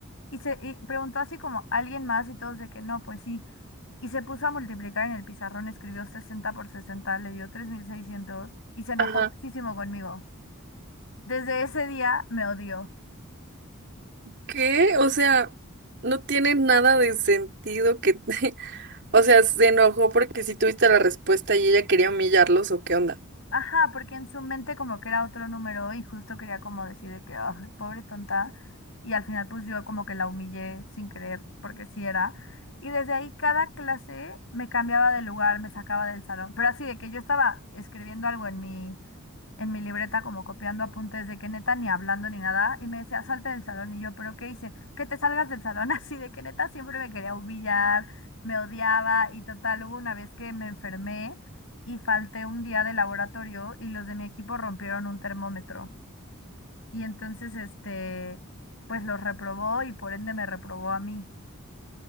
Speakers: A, on the left (about 65°); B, on the right (about 50°).
A: Y, se, y preguntó así como alguien más y todos de que no, pues sí. Y se puso a multiplicar en el pizarrón, escribió 60 por 60 le dio 3600 y se enojó
B: ajá,
A: muchísimo conmigo. Desde ese día me odió.
B: ¿qué? O sea, no tiene nada de sentido que, <laughs> o sea, se enojó porque si tuviste la respuesta y ella quería humillarlos o qué onda.
A: Ajá, porque en su mente como que era otro número y justo quería como decir de que, "Ah, pobre tonta. Y al final pues yo como que la humillé sin querer, porque sí era. Y desde ahí cada clase me cambiaba de lugar, me sacaba del salón. Pero así de que yo estaba escribiendo algo en mi en mi libreta como copiando apuntes de que neta ni hablando ni nada y me decía, salte del salón y yo, pero ¿qué hice? Que te salgas del salón <laughs> así de que neta siempre me quería humillar, me odiaba y total, hubo una vez que me enfermé y falté un día de laboratorio y los de mi equipo rompieron un termómetro y entonces este, pues los reprobó y por ende me reprobó a mí.